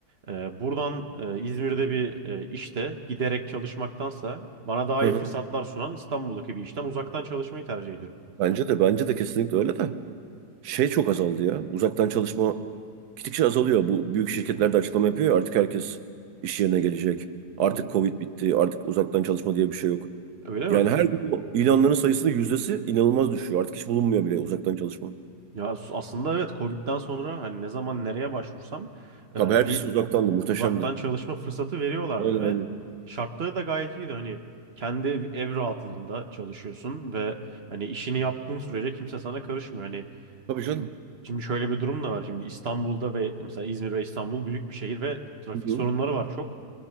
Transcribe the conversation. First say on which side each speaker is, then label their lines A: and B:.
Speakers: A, on the right; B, on the right.
A: E, buradan e, İzmir'de bir e, işte giderek çalışmaktansa bana daha
B: Hı
A: iyi
B: hı.
A: fırsatlar sunan İstanbul'daki bir işten uzaktan çalışmayı tercih ediyorum.
B: Bence de bence de kesinlikle öyle de. Şey çok azaldı ya. Uzaktan çalışma gittikçe azalıyor. Bu büyük şirketler de açıklama yapıyor ya artık herkes iş yerine gelecek. Artık
A: Hı hı.
B: Covid bitti. Artık uzaktan çalışma diye bir şey yok.
A: Öyle mi?
B: Yani her gün bu ilanların sayısının yüzdesi inanılmaz düşüyor. Artık hiç bulunmuyor bile uzaktan çalışma.
A: Ya s- aslında evet Covid'den sonra hani ne zaman nereye başvursam e,
B: Tabii hepsi
A: bir
B: uzaktandı. Muhteşemdi.
A: uzaktan çalışma fırsatı veriyorlardı
B: Aynen
A: ve
B: aynen.
A: şartları da gayet iyiydi. Hani kendi ev ev rahatlığında çalışıyorsun ve hani işini yaptığın sürece kimse sana karışmıyor. Hani
B: Tabii canım.
A: şimdi şimdi şöyle bir durum da var. Şimdi İstanbul'da ve mesela İzmir ve İstanbul büyük bir şehir ve trafik
B: Hı hı.
A: sorunları var çok.